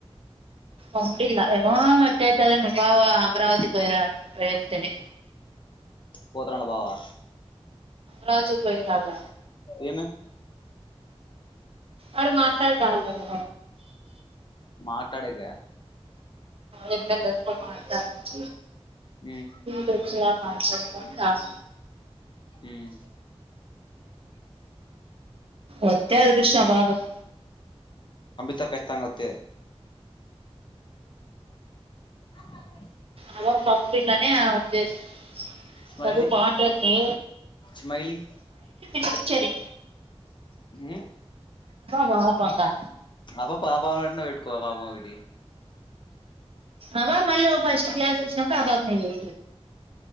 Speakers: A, on the right (about 60°); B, on the left (about 50°).
A: ఒప్పిల్ల ఏమొ ఎట్టయితదో ఇంగ బావ అమరావతి పోయిరాళ్ల పొయ్యేత్తేనే
B: పోతున్న బావా
A: రాజు పోయిరాల్ల
B: ఏమ
A: అడు మాట్లాడుతాండారు
B: మాట్లాడేక
A: ఎ మా క అచ్చ
B: ఉమ్
A: ర చలు కాఫ
B: ఉమ్
A: ఒత్తే అదురుష్టం ఆ పాపది
B: తర్ కచ్చితంగోస్తే య
A: అ పంపిననే ఆ ఉదేశ్యం
B: స్మైలీ
A: చదువు బాగుంటది
B: స్మైలీ
A: నో చెది
B: ఏ
A: వాపంగా
B: ఆ పాపా వెటుకో పాపగటి
A: అవ మళ్ళ ఫస్ట్ క్లాస్ వొచ్చినాక అవా నంది